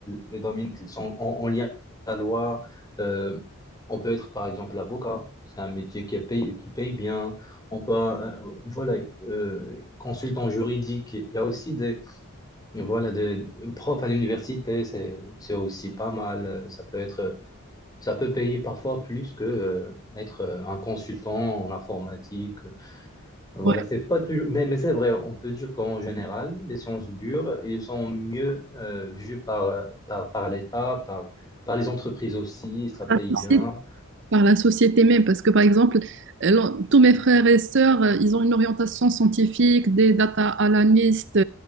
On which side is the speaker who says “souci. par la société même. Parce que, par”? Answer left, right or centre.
Right